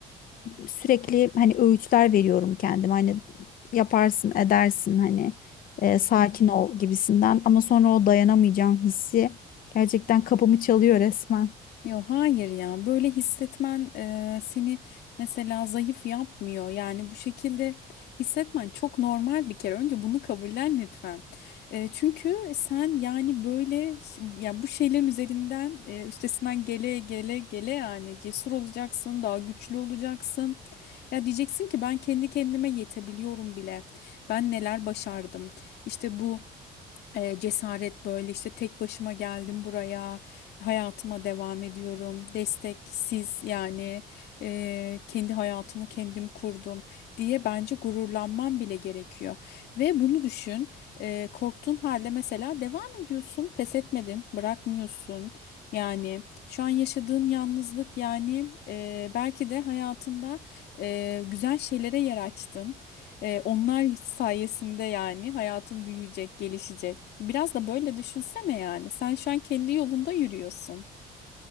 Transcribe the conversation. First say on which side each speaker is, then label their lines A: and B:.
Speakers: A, on the left; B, on the left.
A: sürekli hani öğütler veriyorum kendime. Hani yaparsın, edersin hani e, sakin ol gibisinden. Ama sonra o dayanamayacağım hissi gerçekten kapımı çalıyor resmen.
B: Yok hayır ya böyle hissetmen e, seni mesela zayıf yapmıyor yani bu şekilde hissetmen çok normal bir kere önce bunu kabullen lütfen E, çünkü sen yani böyle ş- yani bu şeylerin üzerinden e, üstesinden gele gele gele yani cesur olacaksın daha güçlü olacaksın ya diyeceksin ki ben kendi kendime yetebiliyorum bile ben neler başardım işte bu e, cesaret böyle işte tek başıma geldim buraya hayatıma devam ediyorum desteksiz yani e, kendi hayatımı kendim kurdum diye bence gururlanman bile gerekiyor ve bunu düşün e, korktuğun halde mesela devam ediyorsun pes etmedin bırakmıyorsun yani şu an yaşadığın yalnızlık yani e, belki de hayatında e, güzel şeylere yer açtın. Ee, onlar sayesinde yani hayatın büyüyecek, gelişecek. Biraz da böyle düşünsene yani. Sen şu an kendi yolunda yürüyorsun.